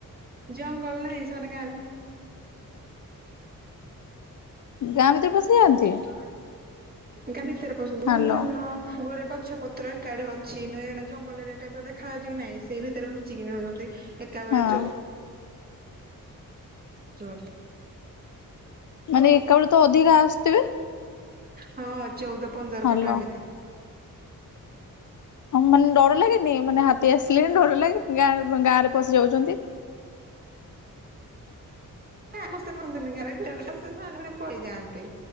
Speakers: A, on the right (about 25°); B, on the left (about 60°).
A: ଜଙ୍ଗଲ ନାହିଁ ସେମାନେ ଗାଁ ଭି
B: ଗାଁ ଭିତରେ
A: <unintelligible>
B: ପଶିଯାଆନ୍ତି
A: ଆଜ୍ଞା ଭିତରେ ପସନ୍ତି ମାନେ
B: ହାଲୋ
A: ଧନ ଗୋରେ ଗଛ ପତ୍ର ଏକାଠି ଅଛି ନା ଏଇଟା ଜଙ୍ଗଲ ଏରିଆ ଟାଇପ୍ ର ଦେଖାଯାଉଚି କି ନାଇଁ ସେ ଭି ରେ ଲୁଚିକିନ ରଉଛନ୍ତି
B: ହଁ
A: ଚଉ <unintelligible>
B: ମାନେ ଏକା ବଳେ ତ ଅଧିକା ଆସୁଥିବେ?
A: ହଁ ଚଉଦ ପନ୍ଦର
B: ହାଲୋ।
A: ପଟ ଏମିତି।
B: ହଁ ମାନେ ଡର ଲାଗେନି ମାନେ ହାତୀ ଆସିଲେ ଡର ଲାଗେନି ଗାଁ ଗାଁରେ ପଶି ଯାଉଛନ୍ତି।
A: ସମସ୍ତେ ରୁହନ୍ତିନି ଗାଁ ରେ ସେ ସାର ମାନେ ପଳେଇଯାଆନ୍ତି।